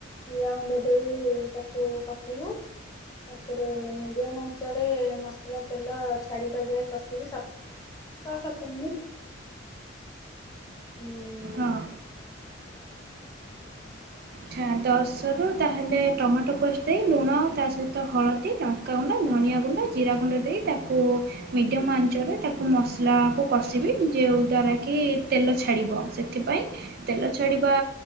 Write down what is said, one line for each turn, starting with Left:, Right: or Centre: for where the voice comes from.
Left: ପିଆ ଗୁଣ୍ଡ ଦେଇ ତାକୁ କଷିବୁ। ତାପରେ ମିଡିୟମ ଅଞ୍ଚରେ ମସଲା ତେଲ ଛାଡ଼ ପ ଯଏ କଷିବୁ ସଫ ଛଅ ସାତ ମିନିଟ। ଉଁ
Right: ହଁ
Left: <inaudible>
Right: ଆଚଛା ଦଶରୁ ତାହେଲେ ଟମାଟୋ ପୋଷ୍ଟ ଦେଇ ଲୁଣ ଆଉ ତା ସହିତ ହଳଦୀ ଟ କା ଗୁଣ୍ଡ ଧନଆ ଗୁଣ୍ଡ ଜିରା ଗୁଣ୍ଡ ଦେଇ ତାକୁ ମିଡ଼ିୟମ ଆଞ୍ଚରେ ତାକୁ ମସଲାକୁ କଷିବି ଯେଉଁ ଦ୍ୱାରା କି ତେଲ ଛାଡ଼ିବ ସେଥିପାଇଁ ତେଲ ଛାଡିବା